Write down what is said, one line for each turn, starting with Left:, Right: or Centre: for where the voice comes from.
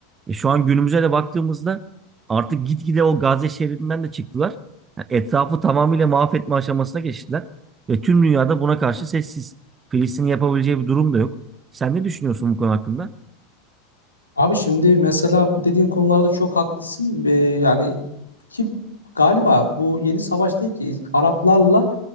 Right: E şu an günümüze de baktığımızda artık gitgide o Gazze şeridinden de çıktılar. Yani etrafı tamamıyla mahvetme aşamasına geçtiler. Ve tüm dünyada buna karşı sessiz. Filistin yapabileceği bir durum da yok. Sen ne düşünüyorsun bu konu hakkında?
Left: Abi şimdi mesela bu dediğin konularda çok haklısın. Ee, yani ki galiba bu yeni savaş değil ki İz- Araplarla